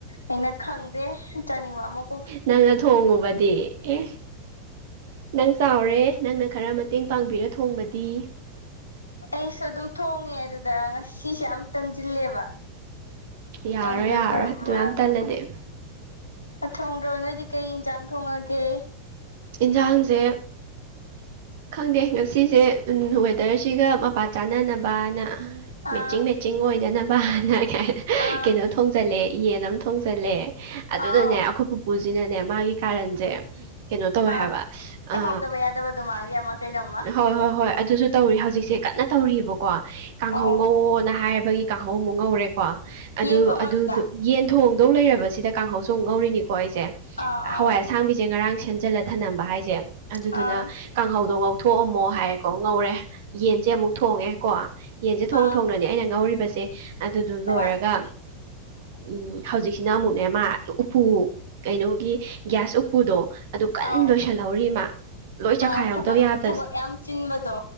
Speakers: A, on the left (about 80°); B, on the right (about 55°).
A: ꯑꯩꯅ ꯈꯪꯗꯦ ꯆꯥꯅꯤꯡꯕ ꯑꯃꯨꯛ
B: ꯅꯪ ꯊꯣꯡꯉꯨꯕꯗꯤ ꯑꯦ ꯅꯪ ꯆꯥꯎꯔꯦ ꯅꯪꯅ ꯈꯔ ꯃꯇꯦꯡ ꯄꯥꯡꯕꯤꯔ ꯊꯣꯡꯕꯗꯤ
A: ꯑꯩꯁꯨ ꯑꯗꯨꯝ ꯊꯣꯡꯉꯦ ꯑꯗꯨꯗ ꯉꯁꯤꯁꯦ ꯌꯥꯝ ꯇꯟꯁꯤꯜꯂꯦꯕ
B: ꯌꯥꯔꯣꯏ
A: ꯑꯗꯨꯗ
B: ꯌꯥꯔꯣꯏ ꯑꯗꯨꯌꯥꯝ
A: ꯃꯥꯗꯣ
B: ꯇꯜꯂꯗꯤ
A: ꯊꯣꯡꯗ꯭ꯔꯕ ꯅꯣꯏꯗꯤ ꯀꯩ ꯌꯦꯟꯁꯥꯡ ꯊꯣꯡꯉꯒꯦ
B: ꯌꯦꯟꯁꯥꯡꯁꯦ ꯈꯪꯗꯦ ꯉꯁꯤꯁꯦ ꯋꯦꯗꯔꯁꯤꯒ ꯃꯄꯥ ꯆꯥꯟꯅꯅꯕꯅ
A: ꯑꯥ
B: ꯃꯦꯠꯆꯤꯡ ꯃꯦꯠꯆꯤꯡ ꯑꯣꯏꯅꯗꯅꯕꯅ
A: ꯑꯥ
B: ꯀꯩꯅꯣ ꯊꯣꯡꯖꯜꯂꯦ ꯌꯦꯟ ꯑꯃ ꯊꯣꯡꯖꯜꯂꯦ ꯑꯗꯨꯢꯗꯨꯒꯅꯦ
A: ꯑꯥꯎ
B: ꯑꯩꯈꯣꯏ ꯄꯨꯄꯨꯁꯤꯅꯅꯦ ꯃꯥꯒꯤ ꯀꯥꯔꯟꯁꯦ ꯀꯩꯅꯣ ꯇꯧꯋꯦ
A: ꯍꯥ
B: ꯍꯥꯏꯕ ꯑ
A: ꯇꯥꯍꯧꯗꯕ ꯌꯥꯗꯕꯗꯨ ꯃꯥꯒꯤ ꯑꯃ ꯀꯩꯅꯣꯝꯃ
B: ꯍꯣꯏ ꯍꯣꯏ ꯍꯣꯏ ꯑꯗꯨꯁꯨ ꯇꯧꯔꯤ ꯍꯧꯖꯤꯛꯁꯦ ꯀꯟꯅ ꯇꯧꯔꯤꯕꯔꯤꯕꯀꯣ ꯀꯥꯡꯍꯧ
A: ꯑꯣ
B: ꯉꯧꯋꯣꯅ ꯍꯥꯏꯕꯒꯤ ꯀꯥꯡꯍꯧ ꯑꯃꯨꯛ ꯉꯧꯔꯦꯀꯣ
A: ꯌꯦꯟ ꯊꯣꯡꯉꯗꯨꯗ
B: ꯑꯗꯨ ꯌꯦꯟ ꯊꯣꯡꯗꯧ ꯂꯩꯔꯕꯁꯤꯗ ꯀꯥꯡꯍꯧꯁꯨ ꯑꯃꯨꯛ ꯉꯧꯔꯤꯅꯤꯀꯣ ꯑꯩꯁꯦ
A: ꯑꯥꯎ ꯑꯥꯎ
B: ꯍꯋꯥꯏ ꯑꯁꯥꯡꯕꯤꯁꯦ ꯉꯔꯥꯡ ꯁꯦꯝꯖꯤꯜꯂ ꯊꯥꯝꯂꯝꯕ ꯍꯥꯏꯁꯦ ꯑꯗꯨꯗꯨꯅ
A: ꯑꯥ
B: ꯀꯥꯡꯍꯧꯗꯣ ꯉꯧꯊꯣꯛꯑꯝꯃꯣ ꯍꯥꯏꯌꯦꯀꯣ ꯉꯧꯔꯦ ꯌꯦꯟꯁꯦ ꯑꯃꯨꯛ ꯊꯣꯡꯉꯦꯀꯣ ꯌꯦꯟꯁꯦ ꯊꯣꯡ
A: ꯑꯥ
B: ꯊꯣꯡꯅꯅꯦ ꯑꯩꯅ ꯉꯧꯔꯤꯕꯁꯦ ꯑꯗꯨꯗꯨ
A: ꯍꯣꯏ
B: ꯂꯣꯏꯔꯒ ꯎꯝ ꯍꯧꯖꯤꯛꯁꯤꯅ ꯑꯃꯨꯛꯅꯦ ꯃꯥ ꯎꯄꯨ ꯀꯩꯅꯣꯒꯤ ꯒꯦꯁ ꯎꯄꯨꯗꯣ ꯑꯗꯨ ꯀꯟꯅ
A: ꯑꯥꯎ
B: ꯂꯣꯏꯁꯤꯜꯍꯧꯔꯤꯃ ꯂꯣꯏ ꯆꯈꯥꯏꯍꯧꯗꯕ
A: ꯑꯥ ꯊꯕꯛ
B: ꯌꯥꯕ
A: ꯊꯕꯛ ꯌꯥꯝ ꯆꯤꯟꯕꯗꯣ